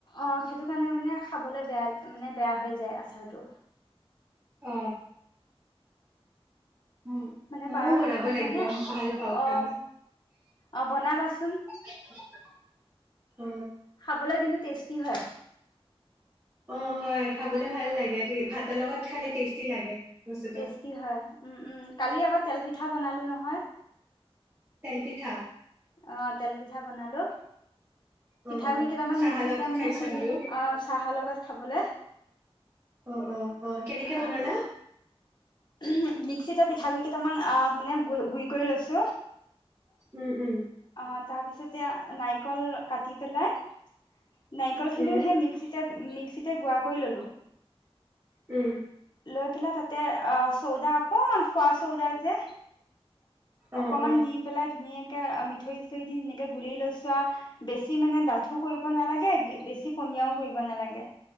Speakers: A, on the left; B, on the right.
A: অ সেইটো কাৰণে মানে খাবলৈ বেয়া মানে বেয়া হৈ যায় আচাৰটো।
B: অ, উম,
A: মানে পৰাপক্ষত
B: ময়ো বনাব লাগিব,
A: মানে
B: মই ভাল পাওঁ খাই।
A: অ অ বনাবা চ
B: <unintelligible> উ
A: খাবলৈ কিন্তু টেষ্টি হয়।
B: অ হয় খাবলে ভাল লাগে ভাতৰ লগত খালে টেষ্টি লাগে। বস্তুটো।
A: টেষ্টি হয় উম উম কালি আকৌ তেল প পিঠা বনালো নহয়।
B: তেলপিঠা
A: অ তেল পিঠা বনালো পিঠাগুড়িকেইটামান
B: অ, অ, চাহৰ
A: মিক্সিতে
B: লগত
A: মানে
B: খাইছা
A: খুন্দি
B: আৰু?
A: অ চাহৰ লগত খাবলৈ
B: অ, অ, অ, কেনেকে বনালা?
A: আহ। উম। মিক্সিতে পিঠাগুৰি কেইটামান আহ মানে গ গুড়ি কৰি লৈছো।
B: উম, উম,
A: অ তাৰ পিছতে নাৰিকল কাটি পেলাই নাৰিকল খিনিও
B: উম।
A: সেই মিক্সিতে মিক্সিতে গুড়া কৰি ললো
B: উম,
A: লৈ পেলাই তাতে চৌদা অকমান খোৱা চৌদা যে
B: অ',
A: অকমান
B: অ',
A: দি পেলাই ধুনীয়াকে তেনেকে গুলি। লৈচো আও বেছি মানে ডাঠো কৰিব নালাগে বেছি পনীয়াও কৰিব নালাগে